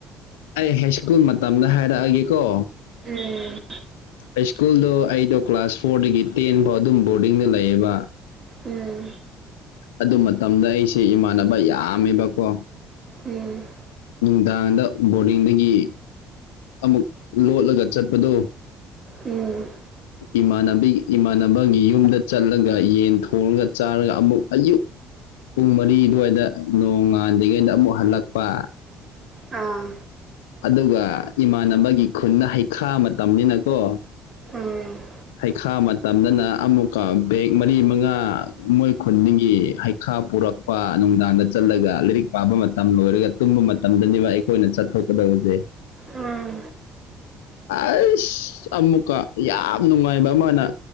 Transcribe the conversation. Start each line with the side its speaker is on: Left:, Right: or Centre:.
Left: ꯑꯩ ꯍꯥꯏ ꯁ꯭ꯀꯨꯜ ꯃꯇꯝꯗ ꯍꯥꯏꯔꯛꯑꯒꯦꯀꯣ
Right: ꯎꯝ
Left: ꯍꯥꯏ ꯁ꯭ꯀꯨꯜꯗꯣ ꯑꯩꯗꯣ ꯀ꯭ꯂꯥꯁ ꯐꯣꯔꯗꯒꯤ ꯇꯦꯟ ꯐꯥꯎ ꯑꯗꯨꯝ ꯕꯣꯔꯗꯤꯡꯗ ꯂꯩꯌꯦꯕ
Right: ꯎꯝ
Left: ꯑꯗꯨ ꯃꯇꯝꯗ ꯑꯩꯁꯦ ꯏꯃꯥꯟꯅꯕ ꯌꯥꯝꯃꯦꯕꯀꯣ
Right: ꯎꯝ
Left: ꯅꯨꯡꯗꯥꯡꯗ ꯕꯣꯔꯗꯤꯡꯗꯒꯤ ꯑꯃꯨꯛ ꯂꯣꯠꯂꯒ ꯆꯠꯄꯗꯣ
Right: ꯎꯝ
Left: ꯏꯃꯥꯟꯅꯕꯤ ꯏꯃꯥꯟꯅꯕꯒꯤ ꯌꯨꯝꯗ ꯆꯠꯂꯒ ꯌꯦꯟ ꯊꯣꯡꯉꯒ ꯆꯥꯔꯒ ꯑꯃꯨꯛ ꯑꯌꯨꯛ ꯄꯨꯡ ꯃꯔꯤ ꯑꯗꯨꯋꯥꯏꯗ ꯅꯣꯡꯉꯥꯟꯗꯒꯩꯗ ꯑꯃꯨꯛ ꯍꯜꯂꯛꯄ
Right: ꯑꯥ
Left: ꯑꯗꯨꯒ ꯏꯃꯥꯟꯅꯕꯒꯤ ꯈꯨꯟꯗ ꯍꯩꯈꯥ ꯃꯇꯝꯅꯤꯅꯀꯣ
Right: ꯎꯝ
Left: ꯍꯩꯈꯥ ꯃꯇꯝꯗꯅ ꯑꯃꯨꯛꯀ ꯕꯦꯛ ꯃꯔꯤ ꯃꯉꯥ ꯃꯣꯏ ꯈꯨꯟꯗꯒꯤ ꯍꯩ ꯈꯥ ꯄꯨꯔꯛꯄ ꯅꯨꯡꯗꯥꯡꯗ ꯆꯠꯂꯒ ꯂꯥꯏꯔꯤꯛ ꯄꯥꯕ ꯃꯇꯝ ꯂꯣꯏꯔꯒ ꯇꯨꯝꯕ ꯃꯇꯝꯗꯅꯦꯕ ꯑꯩ ꯈꯣꯏꯅ ꯆꯠꯊꯣꯛꯀꯗꯧꯗꯦ
Right: ꯎꯝ
Left: ꯑꯁ ꯑꯃꯨꯛꯀ ꯌꯥꯝ ꯅꯨꯡꯉꯥꯏꯕ ꯑꯃꯅ